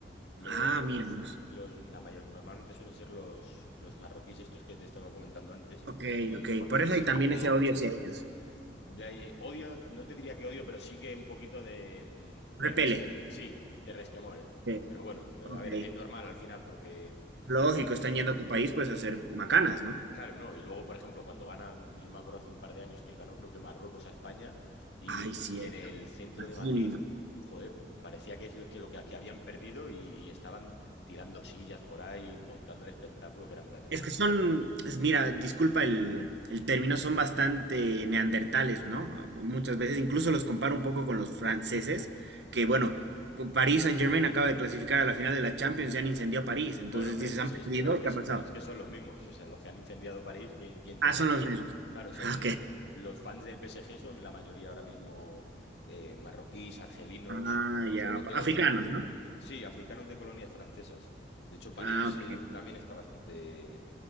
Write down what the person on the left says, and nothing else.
Los,
los, la mayor, normalmente suelen ser los, los marroquíes, estos que te estaba comentando antes,
y
porque
se
están
como,
se-
de- odio, no te diría que odio, pero sí que un poquito de, mm, de
resque- sí, de resquemor.
Pero bueno, a
ver, es normal al final, porque,
bueno,
Claro, no. Y luego, por ejemplo, cuando ganan, yo me acuerdo hace un par de años que ganó creo que Marruecos a España y,
y en el centro
de Madrid, joder, parecía que es lo que, lo que, que habían perdido y, y estaban tirando sillas por ahí, montando el espectáculo que era en plan de
Madrid.
Bueno, pero
es que,
es- es-
pero es que,
pero es que son los mismos, o sea, los que han incendiado París, ¿quién, quién te
crees
que
son?
Claro, son
los fans del PSG, son la mayoría ahora mismo eh, marroquíes, argelinos,
sobre todo
de,
Sí, africanos de colonias francesas. De hecho, París
eh, también está bastante,